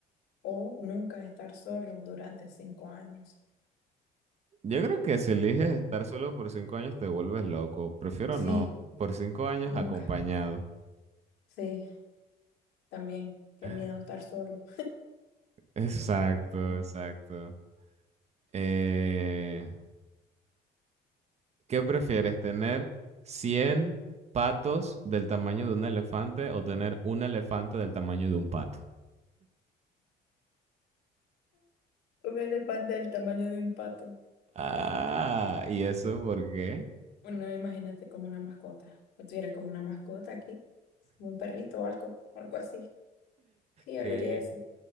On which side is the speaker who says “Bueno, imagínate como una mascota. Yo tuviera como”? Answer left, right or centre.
Left